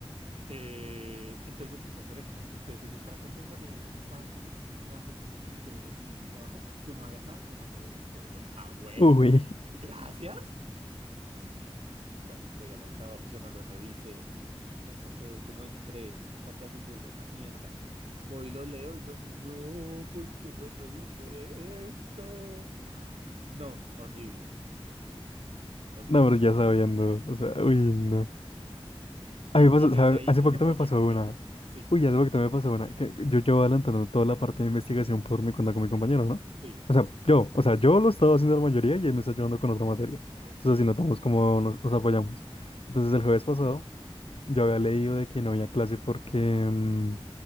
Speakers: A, on the right (about 75°); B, on the left (about 70°).
A: Eh, entonces los puse a hacer eso. Entonces ellos para compensar dijeron como Santi, muchísimas gracias. Si quieres el siguiente trabajo, tú no hagas nada, nosotros lo hacemos todo. Y yo, ¿a huevo?
B: Uy.
A: Gracias. Marica, cuando entregan el trabajo yo no lo revisé. No se quedó como en tres. O sea, casi pierdo esa mierda. Voy y lo leo, yo no, ¿por qué no revisé esto? No, horrible. Horrible,
B: No, pero ya
A: horrible,
B: sabiendo.
A: horrible.
B: O sea, uy, no.
A: Y,
B: A mí me pasó,
A: y desde
B: ¿sabes?
A: ahí
B: Hace
A: yo
B: poquito
A: no me
B: me
A: volví
B: pasó
A: a confiar.
B: una.
A: Sí, cuéntame.
B: Uy, hace poquito me pasó una. Que yo llevo adelantando toda la parte de investigación por mi cuenta con mi compañero, ¿no?
A: Sí.
B: O sea, yo, o sea, yo lo he estado haciendo la mayoría y él me está ayudando con otra materia.
A: Ok.
B: Entonces, así notamos cómo nos, nos apoyamos. Entonces, el jueves pasado, yo había leído de que no había clase porque mm,